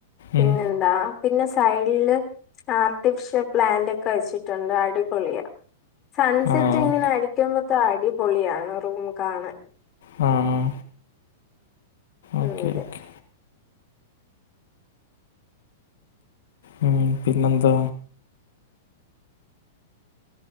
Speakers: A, on the left (about 30°); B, on the left (about 75°).
A: പിന്നെന്താ
B: ഉം
A: പിന്നെ സൈഡില് ആർട്ടിഫിഷ്യൽ പ്ലാന്റ് ഒക്കെ വെച്ചിട്ടുണ്ട് അടിപൊളിയ സൺസെറ്റ്
B: ആഹ്
A: ഇങ്ങനെ അടിക്കുമ്പത്തെ അടിപൊളിയാണ് റൂം കാണാൻ
B: ഉം. ഓക്കെ
A: ഉം അതെ
B: ഓക്കെ ഉം പിന്നെന്താ?